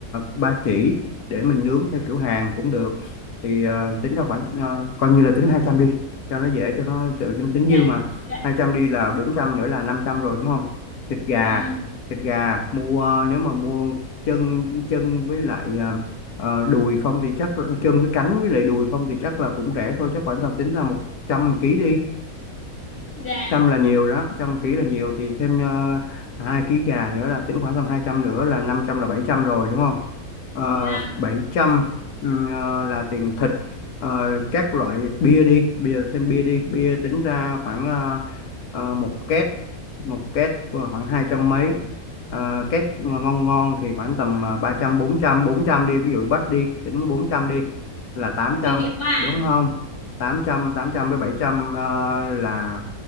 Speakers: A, on the left; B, on the left.
A: ba chỉ để mình nướng theo kiểu Hàn cũng được thì ờ, tính ra khoảng ờ, coi như là tính 200 đi cho nó dễ cho nó tự- tính
B: dạ
A: dư mà
B: dạ
A: hai trăm đi là bốn trăm nữa là 500 rồi đúng không thịt gà
B: ừ
A: thịt gà mua nếu mà mua chân chân với lại ờ, ờ, đùi không thì chắc chân với cánh với lại đùi không thì chắc là cũng rẻ thôi chắc khoảng tầm tính ra một trăm ký đi
B: dạ
A: trăm là nhiều đó trăm ký là nhiều thì thêm uh, hai ký gà nữa là tính khoảng tầm hai trăm nữa là năm trăm là 700 rồi đúng không Ờ,
B: dạ
A: Bảy trăm ừm, ờ, là tiền thịt Ờ, các loại bia đi bia thêm bia đi bia tính ra khoảng uh, một két một két khoảng hai trăm mấy Ờ, két ngon ngon thì khoảng tầm à, ba trăm bốn trăm bốn trăm đi ví dụ bách đi tính bốn trăm đi là tám trăm
B: chuyên nghiệp quá à
A: đúng không tám trăm tám trăm với bảy trăm ờ, là